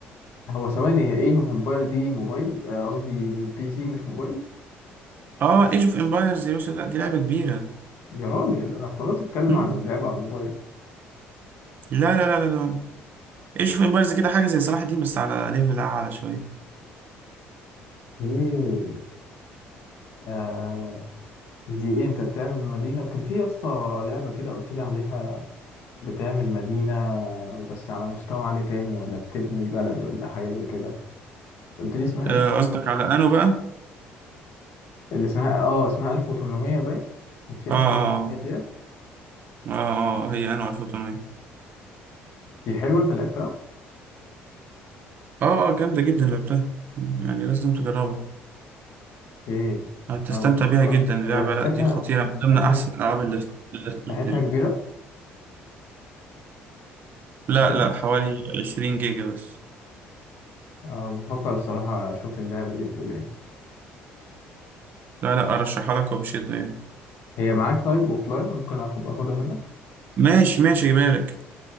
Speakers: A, on the left; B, on the right.
A: هو ثواني هي ايج اوف امباير دي موبايل آه، قصدي بي سي مش موبايل
B: اه ايج اوف امبايرز يا باشا لا دي لعبه كبيره
A: يا راجل انا افتكرت اتكلم
B: مم.
A: عن اللعبة على الموبايل
B: لا لا لا لا لا ايج اوف امبايرز كده حاجه زي صلاح الدين بس على ليفل اعلى شويه
A: اوكي آه دي ايه انت بتعمل مدينة كان في يا اسطى لعبة كده قلت لي عليها بتعمل مدينة وبس على مستوى عالي تاني ولا بتبني بلد ولا حاجة زي كده قلت لي اسمها
B: آه،
A: ايه
B: قصدك على انو بقى
A: اللي اسمها اه اسمها 1800 باين كان في
B: اه
A: 1800
B: اه
A: دي
B: اه اه آه، هي انو 1800
A: دي حلوة انت لعبتها؟
B: اه آه، جامده جدا لعبتها يعني لازم تجربها
A: اوكي
B: هتستمتع
A: انا بفكر
B: بيها جدا اللعبه
A: هي مساحتها
B: لا دي خطيره من ضمن
A: مساحتها
B: احسن الالعاب الاست- الاستراتيجي
A: مساحتها كبيرة
B: لا
A: مساحتها
B: لا حوالي 20 جيجا بس
A: أه بفكر الصراحة اشوف اللعبة دي بتقول ايه
B: لا لا ارشحها لك وبشده يعني
A: هي معاك طيب اوفلاين ممكن اخد اخدها منك
B: ماشي ماشي بالك